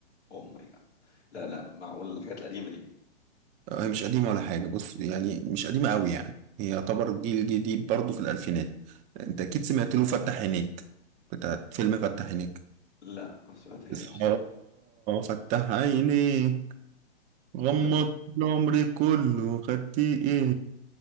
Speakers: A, on the left; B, on the right.
A: اوه ماي جاد لا لا معقول الحاجات القديمه دي
B: هي مش قديمة ولا حاجة بص يعني مش قديمة قوي يعني هي يعتبر جيل جديد برضه في الألفينات أنت أكيد سمعت له فتح عينيك بتاعت فيلم فتح عينيك
A: لا ما سمعتهاش
B: اصحى فتح عينيك غمضت
A: لا
B: العمر كله خدت إيه